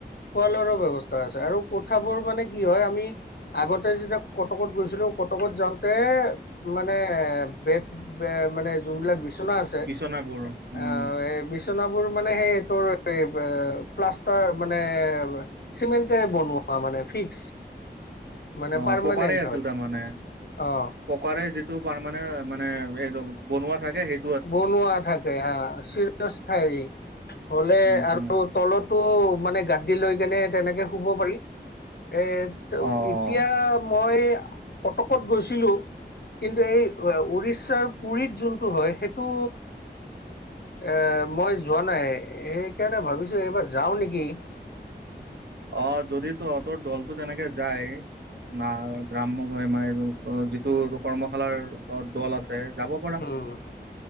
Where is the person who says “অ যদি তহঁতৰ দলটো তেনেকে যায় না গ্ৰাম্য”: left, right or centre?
Right